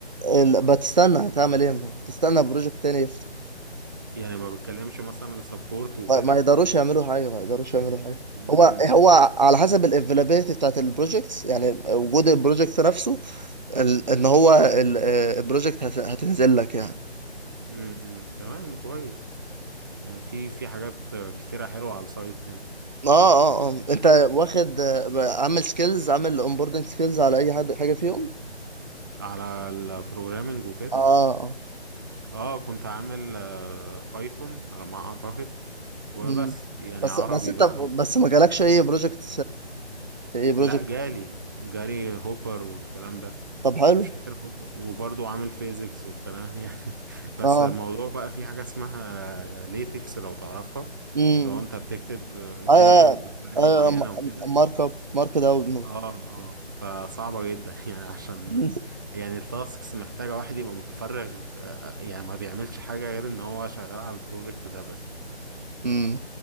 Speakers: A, on the right (about 40°); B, on the right (about 20°).
A: ال- بتستنى هتعمل ايه هتستنى بروجكت تاني يفتح
B: يعني ما بتكلمش مثلا السبورت وكده
A: ما, ما يقدروش يعملوا حاجه ما يقدروش يعملوا حاجه
B: امم
A: هو هو على حسب الافيلابيلتي بتاعت البروجكتس يعني وجود البروجكت نفسه ال- ان هو البروجكت هتنزل لك يعني
B: امم تمام كويس يعني في في حاجات كتيرة حلوة على السايت هنا
A: اه اه اه انت واخد آه، عامل سكيلز عامل اونبوردنج سكيلز على اي حد حاجه فيهم
B: على البروجرامينج وكده
A: اه اه
B: اه كنت عامل آه، بايثون على ما اعتقد وبس
A: مم.
B: يعني
A: بس
B: عربي
A: بس انت
B: بقى و...
A: بس ما جالكش اي بروجكت اي بروجكت
B: لا جالي جاري هوبر والكلام ده
A: طب حلو
B: مش فاكر هو وبرضه عامل فيزيكس والكلام <laughs> يعني بس
A: اه
B: الموضوع بقى في حاجة اسمها ليتكس لو تعرفها
A: امم
B: اللي هو انت بتكتب equations
A: ايوه
B: بطريقة
A: ايوه
B: معينة وكده
A: مارك اب مارك داون
B: اه اه فصعبة جدا <laughs> يعني عشان
A: <laughs>
B: يعني التاسكس محتاجة واحد يبقى متفرغ آه، يعني ما بيعملش حاجة غير ان هو شغال على البروجكت ده بس
A: امم